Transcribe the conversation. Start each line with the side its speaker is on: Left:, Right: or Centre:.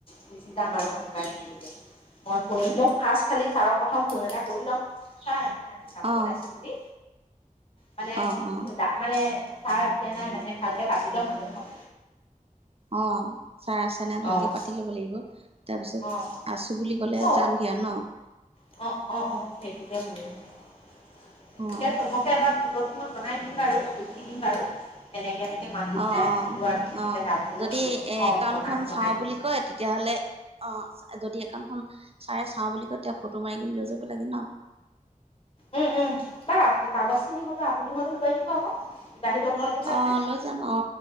Left: গুচি যাম আৰু শনিবাই দিনয়া মই শুনিম মই ফাৰ্ষ্ট খালি ছাৰক প্ৰথম ফোন এটা কৰি ল'ম ছাৰ সহ যাব
Right: অঁ
Left: ওলাইছো বুলি মানে
Right: অঁ অঁ
Left: মানে ভাৰ আছে নাই মানে ভালকে পাতি ল'ম আৰু ন
Right: অ', চাহ আছে নাই ভালকে
Left: অ',
Right: পাতি ল'ব লাগিব তাৰপিছত
Left: অ',
Right: আছোঁ বুলি ক'লে
Left: অ',
Right: যামগৈ ন
Left: অ', অ', অ', সেইটোকে কৰিম সেইটো
Right: অঁ
Left: চবকে এবাৰ ত তই জনাই দিম বাৰু লিখি দিম বাৰু এনেকে মাতিছে
Right: অ', অ',
Left: ত' আমি সেনেকে
Right: অ',
Left: যাব ওলাইছো
Right: যদি এ
Left: অ',
Right: একাউণ্টখন
Left: জনাই জনাই
Right: চাওঁ
Left: দিম।
Right: বুলি কয় তেতিয়াহ'লে অ', যদি একাণ্খন চাৰে চাওঁ বুলি কয় তেওঁ ফটো মাৰি কিনি লৈ যাব লাগে ন
Left: উম, উম বাাৰ কাগজ খিনি হলেও আপুনি হলেও লৈ দিব আকৌ বাহিৰৰ ঘৰতেহে আছে
Right: অ', লৈ যাম অ',